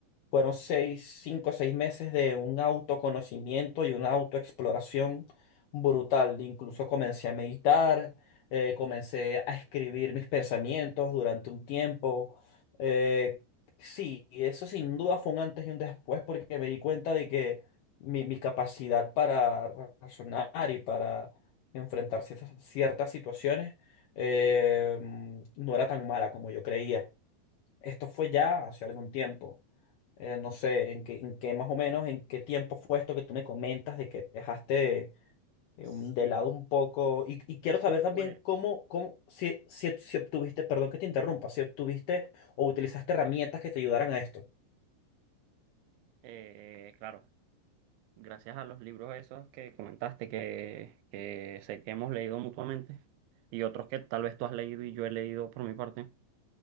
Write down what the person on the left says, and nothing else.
fueron seis, cinco o seis meses de un autoconocimiento y una autoexploración brutal. Incluso comencé a meditar, eh, comencé a escribir mis pensamientos durante un tiempo. Eh, sí, y eso sin duda fue un antes y un después porque me di cuenta de que mi, mi capacidad para ra- razonar y para enfrentar ciertas, ciertas situaciones eh, no era tan mala como yo creía. Esto fue ya hace algún tiempo eh, no sé, en qué, en qué más o menos, en qué tiempo fue esto que tú me comentas de que dejaste eh,
un- de lado un poco. Y, y quiero
saber
también cómo, cómo si, si, si obtuviste, perdón que te interrumpa, si obtuviste o utilizaste herramientas que te ayudaran a esto.